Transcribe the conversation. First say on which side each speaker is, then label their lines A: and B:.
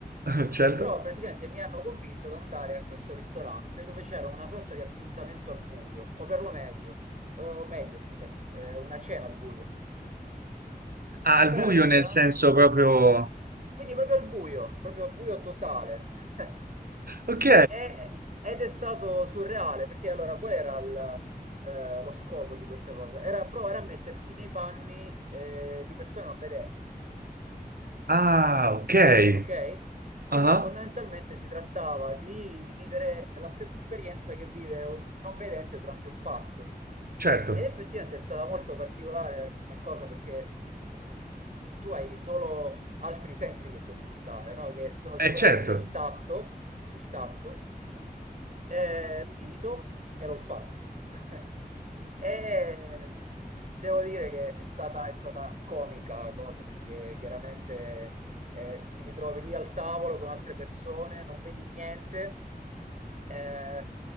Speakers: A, on the right (about 70°); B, on the right (about 50°).
A: <laughs> certo.
B: Però praticamente mi hanno convinto ad andare a questo ristorante dove c'era una sorta di appuntamento al buio, o per lo meglio, eh, o meglio, scusami, eh, una cena al buio.
A: Ah,
B: In
A: al
B: pratica,
A: buio nel senso proprio...
B: quindi proprio al buio, proprio al buio totale. <laughs>
A: Ok,
B: E- ed è stato surreale, perché allora qual era il, eh, lo scopo di questa cosa? Era provare a mettersi nei panni, eh, di persone non vedenti.
A: Ah, okay.
B: Ok? Quindi
A: Ah-ah,
B: fondamentalmente si trattava di, di vivere la stessa esperienza che vive un non vedente durante un pasto.
A: certo.
B: Ed effettivamente è stata molto particolare come cosa perché mh, tu hai solo altri sensi che puoi sfruttare, no? Che sono sicuramente
A: Eh, certo.
B: il tatto, il tatto, eh, l'udito e l'olfatto. <laughs> E devo dire che è stata, è stata comica la cosa perché chiaramente eh, ti ritrovi lì al tavolo con altre persone, non vedi niente, eh,